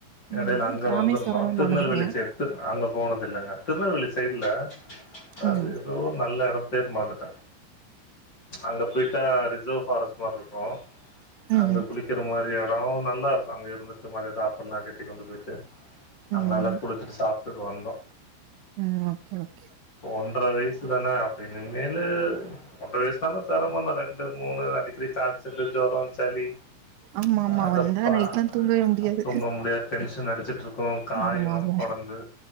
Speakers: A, on the right (about 80°); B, on the left (about 25°).
A: ம்
B: எடேல அங்க
A: ராமேஸ்வரம்லா
B: வந்திருந்தோ திருநெல்வேலி
A: போனது இல்லையா
B: சை து அங்க போனதில்லங்க திருநெல்வேலி சைடுல அது
A: ம்
B: எதோ நல்ல எடம் பேர் மறந்துட்ட அங்க போய்ட்டா ரிசர்வ் ஃபாரஸ் மார் இருக்கு
A: ம்
B: அங்க குளிக்கிற மாரியா றோ நல்லா இருக்கு அங்க இருந்துட்டு மதியோ சாப்புல்லா கெட்டி கொண்டு போய்ட்டு அங்க
A: ம்
B: நல்லா குளிச்சிட்டு சாப்ட்டுட் வந்தோ
A: ம் ஓகே ஓகே
B: ஒன்ற வய்சு தான அப்ப இனுமேலு ஒன்ற வய்ஸ்தானா செரமோந்தான் ரெண்டு மூணு அடிக்கடி காய்சல்லு ஜொரோ சளி
A: ஆமா ஆமா
B: அதப்பா
A: வந்தா நைட்லா தூங்கவே முடியாது
B: தூங்க முடியாது டென்ஷன் அடிச்சிட்ருக்கு காயு
A: ஆமா ஆமா
B: கொடந் து